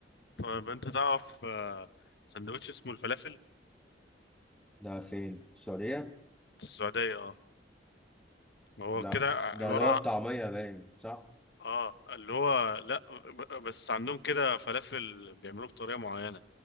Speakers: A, on the left; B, in the centre.
A: طب انت تعرف آه، سندوتش اسمه الفلافل
B: ده فين في السعوديه
A: في السعودية اه هو
B: لا
A: كده عبارة
B: ده دوت طعميه باين صح
A: اه اللي هو لا ب- بس عندهم كده فلافل بيعملوه بطريقه معينه